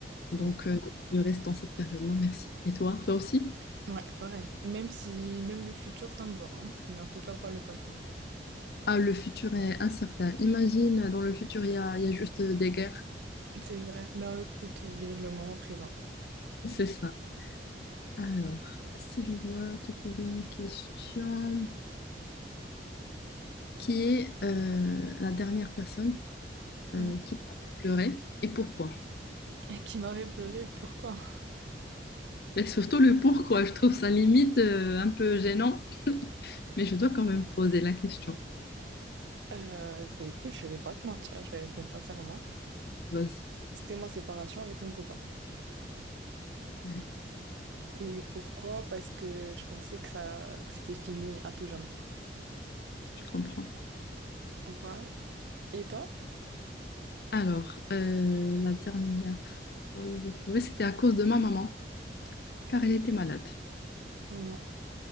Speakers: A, on the left; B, on the right.
A: Donc
B: Non.
A: euh, je reste dans cette période. Non, merci. Et toi, toi aussi?
B: Ouais, pareil. Même si, même le futur, ça me va, hein. Mais en tout cas, pas le passé.
A: Ah, le futur est incertain. Imagine, dans le futur, il y a, il y a juste euh, des guerres.
B: C'est vrai. Ben écoute, vivre le moment présent.
A: C'est ça. Alors, si je dois te poser une question, qui est euh, la dernière personne euh,
B: Mhm.
A: qui t'a fait pleurer et pourquoi?
B: Et qui m'avait pleuré, pourquoi?
A: Et surtout le pourquoi, je trouve ça limite euh, un peu gênant, mais je dois quand même poser la question.
B: Euh, ben écoute, je vais pas te mentir, je vais répondre sincèrement.
A: Vas-y,
B: C'était ma séparation avec mon copain.
A: ouais,
B: Et pourquoi? Parce que je pensais que ça, que c'était fini à tout jamais.
A: je comprends.
B: Voilà. Et toi?
A: Alors, euh, la dernière fois où j'ai pleuré, c'était à cause de ma maman, car elle était malade.
B: Ouais.